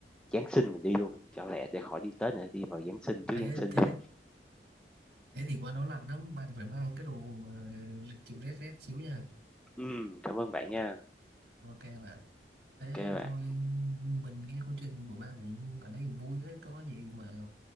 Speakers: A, in the centre; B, on the right.
A: Giáng sinh mình đi luôn, cho lẹ để khỏi đi Tết nữa, đi vào Giáng sinh, trước
B: thế
A: Giáng sinh
B: thế
A: luôn.
B: thế thì qua đó lạnh lắm bạn phải mang cái đồ mà chịu rét rét xíu nha
A: Ừm, cảm ơn bạn nha. ok
B: ok bạn thế
A: bạn.
B: thôi mình nghe câu chuyện của bạn cũng ở đây cũng vui đấy có gì mà